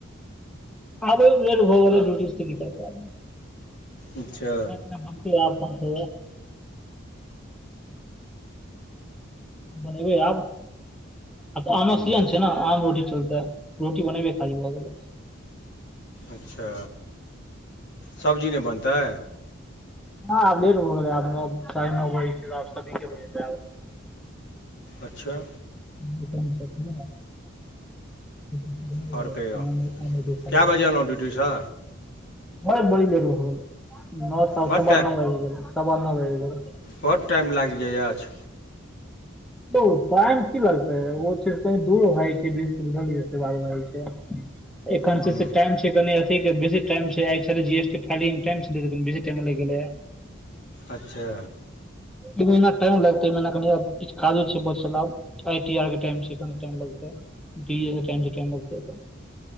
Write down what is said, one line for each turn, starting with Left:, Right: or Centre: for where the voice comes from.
Centre: आबैमे लेट भऽ गैलै दुटी सऽ तऽ कि करतै आदमी
Left: अच्छा
Centre: बनैबै आब बनतै बनेबै आब, आब तऽ आमक
Left: हूँ
Centre: सीजन छै ने आम रोटी चलतै रोटी बनेबै खाली भऽ गेलै
Left: अच्छा सब्जी नहि बनतै
Centre: ह आब लेट भऽ गेलै आब नौ साढ़े नौ बजै छै त आब सब्जी के बनेतै आब
Left: अच्छा
Centre: <inaudible> <unintelligible> अहा
Left: आओर कहियौ
Centre: नहि अहा नै देख
Left: कए
Centre: लागब
Left: बजे एलहुँ ड्यूटीसँ
Centre: ह बड़ी लेट भऽ गैल नौ स
Left: बड
Centre: सबा नौ बजे गेले सबा नौ साजिश गेले
Left: बढ़ टाइम लागि जाए आछ
Centre: ओ टाइम की लगतै ओ छै कही दू भाई जे छै दुर्न <unintelligible> जाइ छै एखन
Left: हूँ
Centre: छै से टाइम छै। के कनी अथि के बेसी टाइम छै आय छलय जी एस टी खाली ईट्रेंस दे कै कनि बेसी टाईम लाएग गेलय आय।
Left: अच्छा।
Centre: ई महीना टाइम लगतै ई महीना कनि आब किछ काजो छै बचल आब। आई टी आर के टाइम छै कनि टाइम लगतै, डी ए के टाइम छै टाइम लगतै।